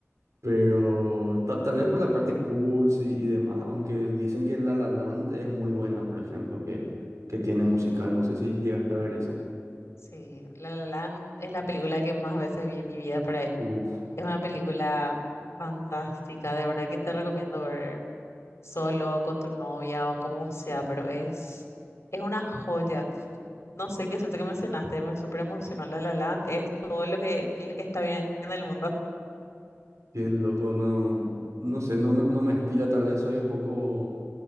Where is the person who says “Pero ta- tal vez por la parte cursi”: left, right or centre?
Right